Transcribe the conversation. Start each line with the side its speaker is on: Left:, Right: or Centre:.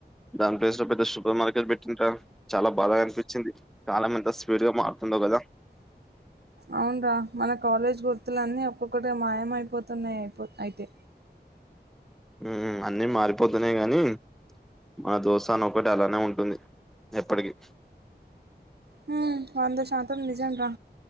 Centre: దాని ప్లేస్ లో పెద్ద సూపర్ మార్ ర్కెట్ పెట్టిన్ర ఉంటారు చాలా బాధ అనిపించింది కాలం ఎంత స్పీడ్ గా మారుతుందో కదా
Right: అవున రా మన కాలేజ్ గుర్ ర్క్తులన్నీ ఒక్కొక్కటి మాయమయిపోతున్నాయి అయిపో అయితే
Centre: ఉ అన్ని మారిపోతున్నాయి గాని మా దోస్తానా ఒకటి అలానే ఉంటుంది ఎప్పటికి
Right: హు వంద శాతం నిజం రా